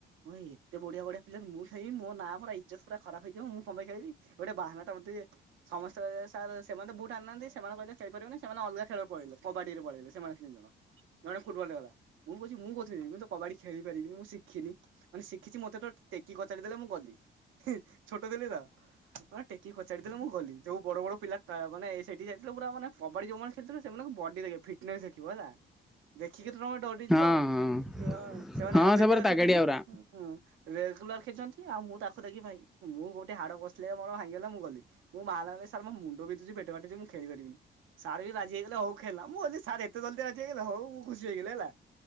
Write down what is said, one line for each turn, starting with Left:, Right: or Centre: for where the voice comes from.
Right: ମୁଁ ଏତେ ବଢିଆ ବଢିଆ ପିଲାର ମୁଁ ଖେଳିବି, ମୋ ନାଁ ପୁରା ଇଜତପୁରା ଖରାପ ହେଇଯିବ, ମୁଁ କଣପାଇ ଖେଳିବି। ଗୋଟେ ବାହାନାଟା ମୋତେ ସମସ୍ତେ ସାର୍ ସେମାନେ ତ ବୁଟ ଆଣିନାହାନ୍ତି ସେମାନେ କହିଲେ ସମସ୍ତେ ସାର କହିଲେ ଖେଳି ପାରିବନି ସେମାନେ ଅଲଗା ଖେଳ ପଳେଇଲେ, କବାଡିରେ ପଳେଇଲେ, ସେମାନେ ତିନି ଜଣ। ଜଣେ ଫୁଟବଲ ଗଲା, ମୁଁ କହୁଛି ମୁଁ କହୁ ମୁଁ କବାଡ଼ି ଖେଳି ପାରିବିନି, ମୁଁ ଶିଖିନି ମାନେ ଶିଖିଛି, ମତେ ତ ଟେକି କଚାଡି ଦେଲେ ମୁଁ ଗଲି। ଛୋଟ ଥିଲି ତ, ହ ଟେକି କଚାଡିଦେଲେ ମୁଁ ଗଲି। ଯୋଉ ବଡ ବଡ଼ ପିଲା ମାନେ ସେଇଠି ଉ ବଡ ବଡ ପିଲା ଯାଇଥିଲେ ପୁରା ମାନେ କବାଡ଼ି ଯେଉଁମାନେ ଖେଳୁଥିଲେ, ତାଙ୍କ ବଡି ଦେଖିବ, ଫିଟନେସ ଦେଖିବ ହେଲା। ଦେଖିକି ତ ତମେ ଡରି ଯିବ,
Centre: ହଁ ହଁ
Right: ଆଉ ସେମାନେ
Centre: ହଁ
Right: ରେଗୁଲାର
Centre: ସେ ପରା ତାଗାଡିଆ
Right: ଖେଳିଛନ୍ତି!
Centre: ଗୁରା
Right: ହୁଁ ରେଗୁଲାର ଖେଳୁଛନ୍ତି, ଆଉ ମୁଁ ତାକୁ ଦେଖି ଭାଇ ମୁଁ ଗୋଟେ ହାଡ଼ ଖସିଲା ମୋର ଭାଙ୍ଗିଗଲା ମୁଁ ଗଲି। ମୁଁ ବାହାନାରେ ସାର୍ ମୋ ମୁଣ୍ଡ ବିନ୍ଧୁଛି, ପେଟ କାଟୁଛି, ମୁଁ ଖେଳି ପାରିବିନି! ସାର୍ ବି ରାଜି ହେଇଗଲେ ହଉ ଖେଳ ନା ହେଲା, ମୁଁ କହିଲି ସାର୍ ଏତେ ଜଲଦି ରାଜି ହେଇଗଲେ, ହଉ ମୁଁ ଖୁସି ହେଇଗଲି। ହେଲା